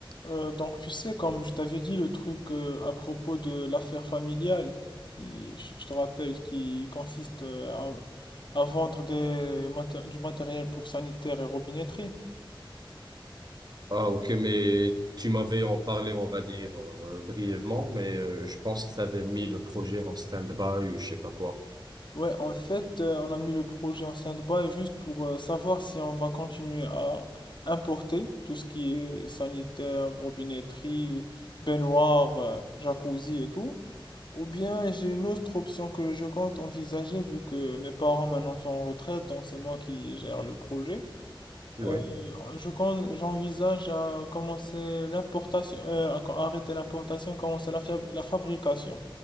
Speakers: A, on the left (about 60°); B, on the right (about 50°).
A: Euh, donc tu sais, comme je t'avais dit le truc euh, à propos de l'affaire familiale, qui, je te rappelle, qui consiste euh, à, à vendre des maté- du matériel pour sanitaire et robinetterie.
B: Ah, ok, mais tu m'avais en parlé, on va dire, euh, brièvement, mais euh, je pense que ça avait mis le projet en stand-by ou je sais pas quoi.
A: Ouais, en fait, euh, on a mis le projet en stand-by juste pour euh, savoir si on va continuer à importer tout ce qui est sanitaire, robinetterie, baignoire, euh, jacuzzi et tout, Ou bien j'ai une autre option que je compte envisager vu que mes parents maintenant sont en retraite, donc c'est moi qui gère le projet.
B: Ouais.
A: Euh, je compte, j'envisage à commencer l'importation, euh, à co- arrêter l'importation et commencer la, fiab- la fabrication.